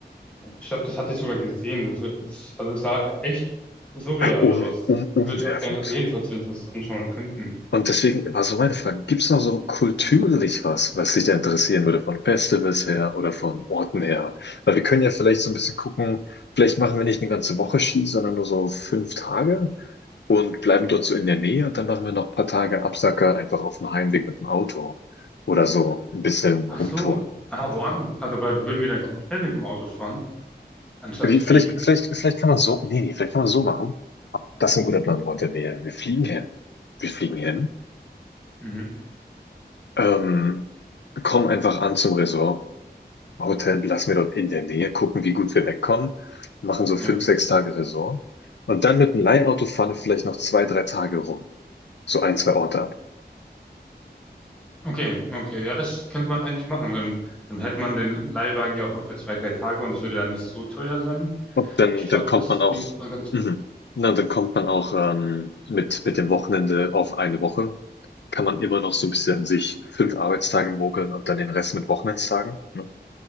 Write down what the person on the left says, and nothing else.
Um,
um, umwerfend.
Und deswegen war so meine Frage, gibt es noch so kulturlich was, was dich da interessieren würde, von Festivals her oder von Orten her? Weil wir können ja vielleicht so ein bisschen gucken, vielleicht machen wir nicht eine ganze Woche Ski, sondern nur so fünf Tage und bleiben dort so in der Nähe und dann machen wir noch ein paar Tage Absacker einfach auf dem Heimweg mit dem Auto oder so ein bisschen
rumtouren.
Wie,
vielleicht,
vielleicht, vielleicht kann man so, nee, nee, vielleicht kann man so machen. Das ist ein guter Plan, Walter. Wir, wir fliegen hin. Wir fliegen hin.
Ähm, kommen einfach an zum Resort. Hotel lassen wir dort in der Nähe, gucken, wie gut wir wegkommen, machen so
fünf, sechs Tage Resort und dann mit dem Leihauto fahren wir vielleicht noch zwei, drei Tage rum, so ein, zwei Orte ab.
Und dann,
dann kommt
man auch,
mhm,
na, dann kommt man auch ähm, mit, mit dem Wochenende auf eine Woche, kann man immer noch so ein bisschen sich fünf Arbeitstage mogeln und dann den Rest mit Wochenendstagen. Ne?